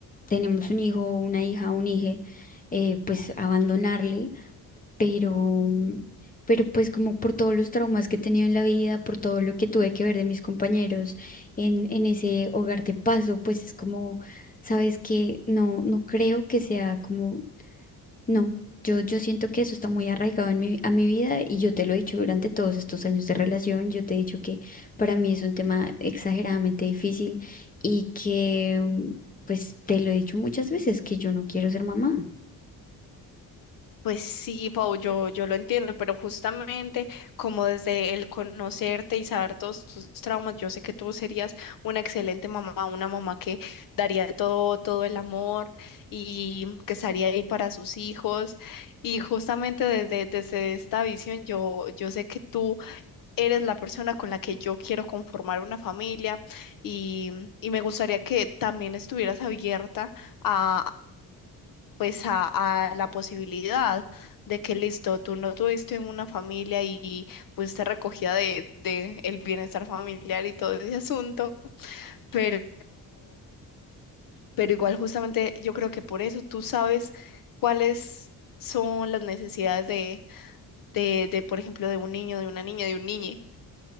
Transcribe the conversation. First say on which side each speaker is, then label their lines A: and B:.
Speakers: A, on the left; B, on the left.
A: tenemos un hijo, una hija, un hije, eh, pues abandonarle, pero... Pero pues como por todos los traumas que he tenido en la vida, por todo lo que tuve que ver de mis compañeros en, en ese hogar de paso, pues es como, sabes que no, no creo que sea como No, yo, yo siento que eso está muy arraigado en mi, a mi vida y yo te lo he dicho durante todos estos años de relación, yo te he dicho que para mí es un tema exageradamente difícil y que, mm, pues te lo he dicho muchas veces, que yo no quiero ser mamá.
B: Pues sí, Pau, yo, yo lo entiendo, pero justamente como desde el conocerte y saber todos tus traumas, yo sé que tú serías una excelente mamá, una mamá que daría todo, todo el amor y que estaría ahí para sus hijos. Y justamente desde, desde esta visión, yo, yo sé que tú eres la persona con la que yo quiero conformar una familia y, y me gustaría que también estuvieras abierta a, pues a, a la posibilidad de que listo, tú no tuviste una familia y fuiste recogida de, de el bienestar familiar y todo ese asunto, pero, pero igual justamente yo creo que por eso tú sabes cuáles son las necesidades de, de, de, por ejemplo, de un niño, de una niña, de un niñe